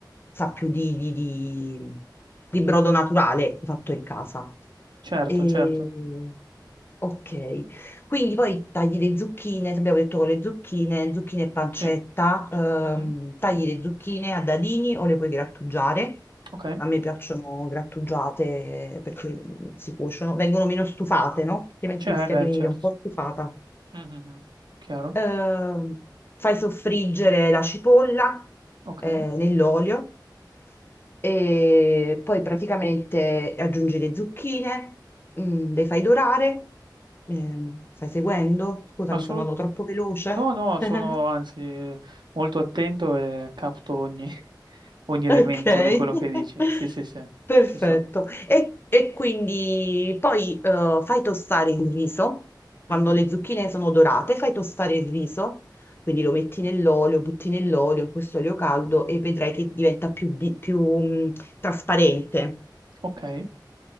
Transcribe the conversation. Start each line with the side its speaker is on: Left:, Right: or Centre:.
Left: sa più di, di- di- di brodo naturale fatto in casa.
Right: certo,
Left: E...
Right: certo,
Left: Ok, quindi poi tagli le zucchine, abbiamo detto con le zucchine, zucchine e pancetta,
Right: sì,
Left: ehm,
Right: mhm,
Left: tagli le zucchine a dadini o le puoi grattugiare.
Right: Ok,
Left: A me piacciono grattugiate perché mm, si cuociono, vengono meno stufate, no? Altrimenti
Right: cioè,
Left: rischia
Right: eh, beh,
Left: di venire
Right: certo,
Left: un po' stufata
Right: Mhm, Chiaro,
Left: eh, fai soffriggere la cipolla
Right: ok,
Left: eh, nell'olio e poi praticamente aggiungi le zucchine, mm, le fai dorare. Ehm, stai seguendo? Scusa,
Right: assolutamente,
Left: mi sono andato troppo veloce.
Right: no, no, sono
Left: <laughs>
Right: anzi molto attento e capto ogni, <laughs> ogni elemento
Left: Ok, <laughs>
Right: di quello che dici, sì, sì, sì,
Left: perfetto.
Right: ci sono,
Left: E, e quindi poi eh, fai tostare il riso, quando
Right: Mhm,
Left: le zucchine sono dorate, fai tostare il riso, quindi lo metti nell'olio, butti nell'olio, in questo olio caldo e vedrai che diventa più, bi- più, mh, trasparente.
Right: Ok,